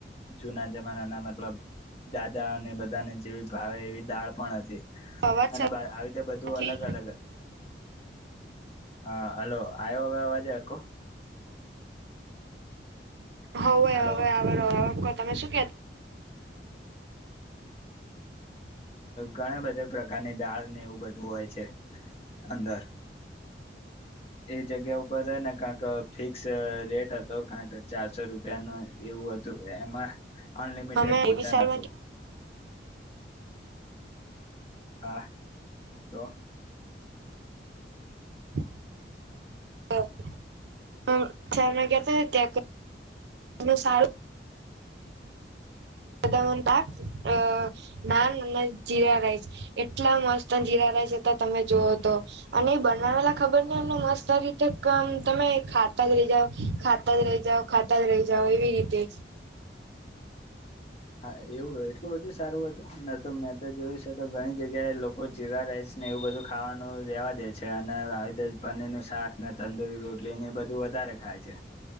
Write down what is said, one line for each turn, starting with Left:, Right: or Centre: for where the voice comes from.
Left: જૂના જમાના ના મતલબ દા દાળ ને બધાને જેવી ભાવે એવી દાળ પણ હતી
Right: અવાજ
Left: અને આવી રીતે બધું
Right: નથી
Left: અલગ અલગ હતું હા હલો આવ્યો અવાજ હરખો
Right: હવે
Left: હલો
Right: હવે <unintelligible> તમે શું
Left: ઘણા બધા પ્રકારની દાળ ને એવું બધું હોય છે અંદર એ જગ્યા ઉપર સેને કંક ફિક્સ રેટ હતો કંક ચારસો રૂ પીયાનું એવું હતું એમાં અનલિમિટેડ
Right: અમે
Left: ભોજન
Right: એવી સાલ
Left: હતું હા તો
Right: <inaudible> <unintelligible> કતા ત્યા એ સારું <unintelligible> જીરા રાઈસ એટલા મસ્ત જીરા તા તમે જોઓ તો અને બનાવેલા ખબર નને મસ્ત રીતે ક તમે ખા ખાતા જ રહી જાઓ ખાતા જ રહી જાઓ ખાતા જ રહી જાઓ એવી રીતે
Left: હા એવું એટલું બધું સારું હતું ન તો મેં તો જોયું છે તો ઘણી જગ્યાએ લોકો જીરા રાઈસ ને એવું બ બધું ખાવાનું રેવા દે છે અને આવી રીતે પનીરનું શાક ને તંદુરી રોટલી ને એ બધું વધારે ખાય ગાય છે.